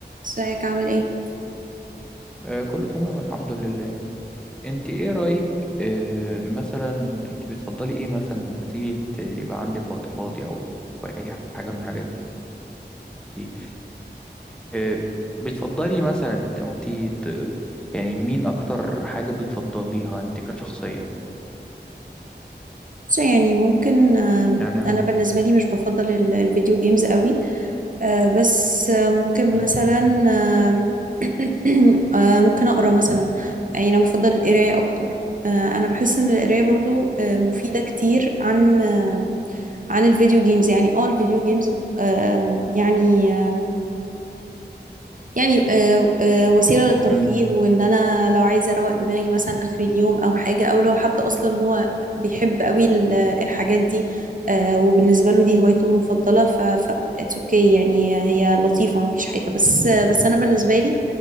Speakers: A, on the right; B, in the centre.
A: ازيك عامل ايه
B: آه، كله تمام الحمد لله انت ايه رأيك آه، مثلا انت بتفضلي ايه مثلا لما تيجي ت- يبقى عندك وقت فاضي او أو اي حاجة من الحاجات دي آه، بتفضلي مثلا انت تقري يعني مين اكتر حاجة بتفضليها انت كشخصية
A: بص يعني ممكن آم،
B: يعني
A: انا بالنسبه لي مش بفضل ال- الفيديو جيمز قوي آه، بس آه، ممكن
B: امم
A: مثلا آم، <clears throat> آه، ممكن اقرا مثلا يعني انا بفضل القرايه اكتر آه، انا بحس ان القرايه برضو آه، مفيده كتير عن آه، عن الفيديو جيمز يعني اه الفيديو جيمز آه، يعني يعني آه، آه، وسيلة للترفيه
B: امم
A: وان انا لو عايزة اروق دماغي مثلا اخر اليوم او حاجة او لو حد اصلا هو بيحب قوي ال- الحاجات دي آه، وبالنسبة له دي هوايته المفضلة ف ف اتس اوكي يعني هي لطيفة مفيش حاجة بس آه، بس انا بالنسبة لي